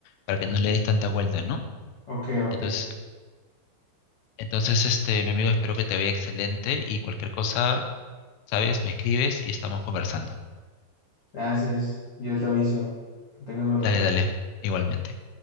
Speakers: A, on the left; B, on the left.
A: para que
B: Ok,
A: no le des tanta vuelta, ¿no?
B: ok, ok.
A: Entonces, entonces este, mi amigo, espero que te vaya excelente y cualquier cosa, sabes, me escribes y estamos conversando.
B: Gracias, yo te aviso. Que tengas buena
A: Dale,
B: tarde.
A: dale, igualmente.